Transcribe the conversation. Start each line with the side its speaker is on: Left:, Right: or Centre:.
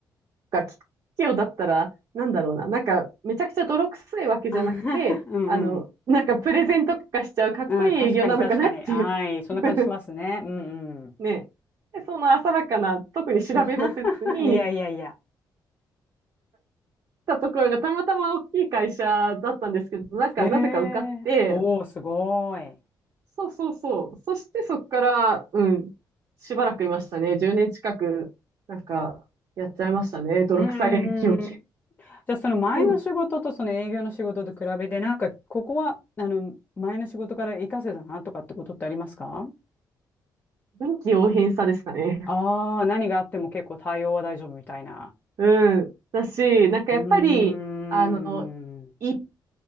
Right: が、きっかけをだったら、なんだろうな、なんか、めちゃくちゃ泥臭いわけじゃなくて、
Left: <laughs> うんうん。
Right: あの、なんかプレゼント化しちゃうかっこいい営業なのかなっていう。
Left: うん、確かに確かに。はい。そんな感じしますね。
Right: <laughs>
Left: うんうん。
Right: ね。で、その浅はかな、特に調べもせずに、
Left: <laughs> いやいやいや。
Right: たところがたまたま大きい会社だったんですけど、なんか、
Left: へえ。
Right: なぜか受かって、
Left: おお、すごい。
Right: そうそうそう。そしてそこから、うん、しばらくいましたね。10年近く、なんか、やっちゃいましたね。泥臭い営業
Left: うんうんうんじゃあその前の仕事とその営業の仕事と比べて、
Right: うん。
Left: なんかここは、あの、前の仕事から活かせたなとかってことってありますか
Right: 臨機応変さですかね。
Left: ああー、何があっても結構対応は大丈夫みたいな。
Right: うん。だし、なんかやっぱり、
Left: うーん。
Right: あの、一